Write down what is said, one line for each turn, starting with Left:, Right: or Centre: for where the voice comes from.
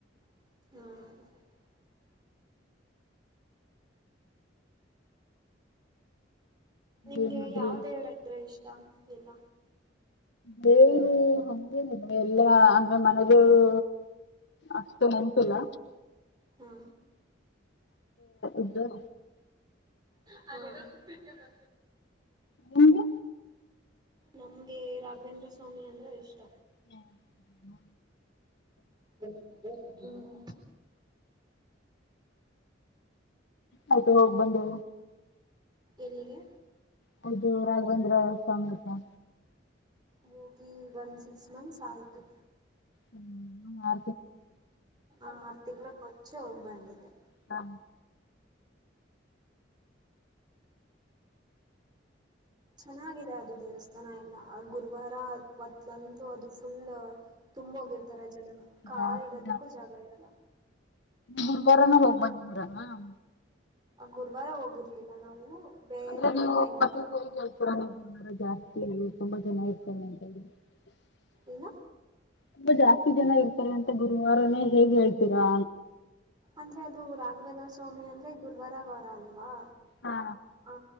Right: ಹ್ಮ ನಿಮ್ಗೆ
Left: ಏನಾದ್ರು
Right: ಯಾವ ದೇವರತ್ರೆ ಇಷ್. ಟ ಎಲ್ಲ
Left: ಬೇರು ಹಂಗೇ ಎಲ್ಲಾ ಅಂದ್ರೆ ಮನೆದೇವರು ಅಷ್ಟು ನೆನ್ಪಿಲ್ಲ
Right: ಹಾ
Left: ಇದ್ರು
Right: ಅ
Left: ಯಂಗೆ.
Right: ನಮ್ಗೆ ರಾಘವೇಂದ್ರ ಸ್ವಾಮಿ ಅಂದ್ರ ಇಷ್ಟ
Left: ಹ್ಮ
Right: ಹ ಹ್ಮ್
Left: ಆಯ್ತು ಹೋಗ್ ಬಂದು
Right: ಎಲ್ಲಿಗೆ
Left: ಹೌದು ರಾಘವೇಂದ್ರ ಸಾಂಗತ್ರ
Right: ಹೋಗಿ ಒನ್ ಸಿಕ್ಸ್ ಮಂತ್ಸ್ ಆಯ್ತು
Left: ಹ್ಮ್ ಹಾ
Right: ಆರ್ತಿ ಅಚ್ಚೆ ಹೋಗ್ಬಂಡಿದೇ.
Left: ಹಾ
Right: ಚೆನ್ನಾಗಿದೆ ಅದು ದೇವಸ್ಥಾನ ಎಲ್ಲ ಗುರುವಾರ ಮತ್ಲಂತೂ ಅದು ಫುಲ್ ತುಂಬ ಹೋಗಿರ್ತಾರ ಜನ ಕಾಲ್
Left: ಜಾಸ್ತಿ
Right: ಇಡೋದಕ್ಕೂ ಜಾಗ ಇರಲ್ಲ
Left: ಗುರ್ಬಾರನ ಹೋಗ್ ಬಂದ ಮಾರ
Right: ಗುರುವಾರ ಹೋಗಿರ್ಲಿಲ್ಲ ನಾವು ಬೇರೆ
Left: ಅಂದ್ರೆ ನೀವು
Right: ಟೈಮ್
Left: ಮತ್ತೆ ಹೇಗೆ ಹೇಳ್ತರ ನೀರಜ ಇ ತುಂಬಾ ಜನ <unintelligible>
Right: ಏನು
Left: ತುಂಬಾ ಜಾಸ್ತಿ ಜನ ಇರ್ತಾರೆ ಅಂತ ಗುರುವಾರಾನೇ ಹೇಗ್ ಹೇಳ್ತೀರಾ
Right: ಅಂದ್ರೆ ಅದು ರಾಘವೇಂದ್ರ ಸ್ವಾಮಿ ಅಂದ್ರೆ ಗುರ್ವಾರ್. ಶ ವಾರಾಲ್ವಾ
Left: ಹಾ
Right: ಹ